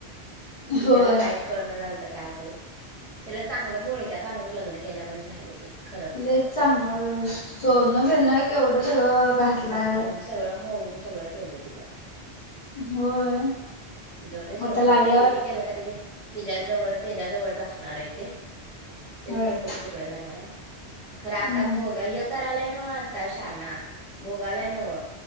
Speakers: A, on the right; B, on the left.
A: विजाला
B: होय.
A: कायच कळणा झालतं काय करू त्याला चांगलं घोळक्यात आणून लग्न केल्यावानी झालंय ते खरं म्हटलं
B: लेक
A: तर
B: चांगल सोनं बीनं केवढं सगळं घातलाय.
A: हम्म, सगळं मोडून सगळं केलं तिलाच
B: होय.
A: जाऊ दे सोड
B: आता लागल्यावर
A: खरं किती केलं तरी ते तिझ्या जवळ त्याज्याजवळच असणारय ते ते
B: होय.
A: तर कुट तिकडं जाणार हाय खरं
B: हम्म
A: आता भोगाय हे करायलाय नव्ह आता शाणा भोगायलाय नव्ह